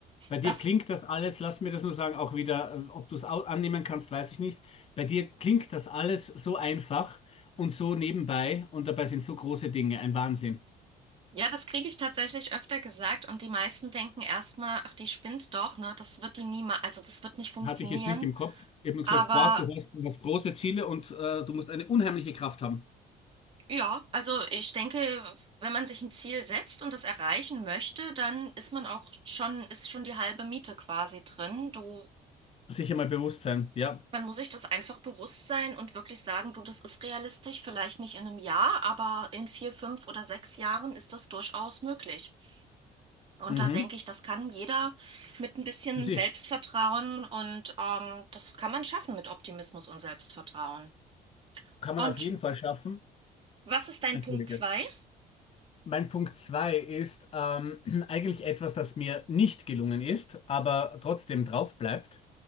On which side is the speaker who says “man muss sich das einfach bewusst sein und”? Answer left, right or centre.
Right